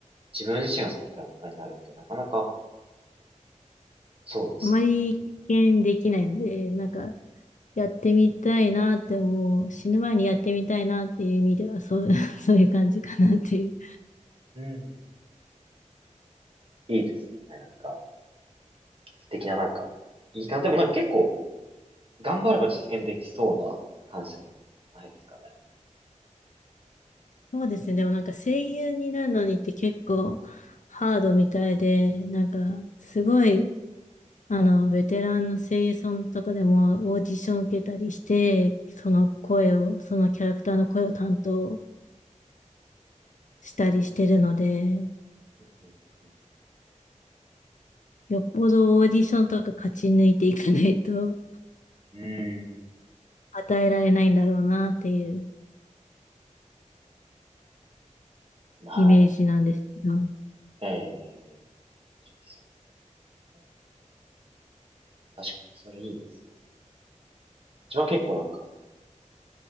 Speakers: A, on the right; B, on the left.
A: 自分自身がそのキャラクターになるってなかなか、そうですね。
B: あまり経験できないので、なんかやってみたいなって思う。死ぬ前にやってみたいなっていう意味では、そう、<laughs> そういう感じかなっていう。
A: うんいいですね。なかなか、素敵ななんか、いいかな。でもなんか結構、頑張れば実現できそうな感謝もないですかね。
B: そうですね。でもなんか声優になるのにって結構ハードみたいで、なんかすごいあの、ベテランの声優さんとかでもオーディション受けたりして、その声を、そのキャラクターの声を担当したりしてるので、
A: うん
B: よっぽどオーディションとか勝ち抜いていかないと
A: うんうんうんうーん。
B: <laughs> 与えられないんだろうなっていう
A: まあ、
B: イメージなんですけど。
A: ええそうね確かにそれいいですね。自分は結構なんか、